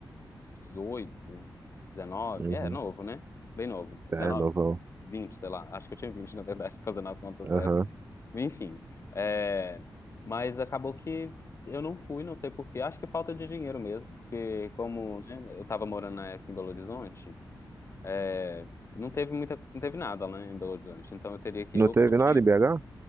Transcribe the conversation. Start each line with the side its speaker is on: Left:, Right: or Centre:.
Left: 18 dezenove
Right: Uhum.
Left: É, novo, né? Bem novo.
Right: É,
Left: dezenove
Right: novão.
Left: vinte sei lá. Acho que eu tinha 20 na verdade, <laughs> fazendo as contas
Right: Aham.
Left: certas aqui. Enfim. é, Mas acabou que eu não fui, não sei por quê. Acho que falta de dinheiro mesmo, porque como, né, eu tava morando na época em Belo Horizonte, é, não teve muita, não teve nada lá em Belo Horizonte. Então eu teria que
Right: Não
Left: ir ou
Right: teve
Left: pro
Right: nada
Left: Rio.
Right: em BH?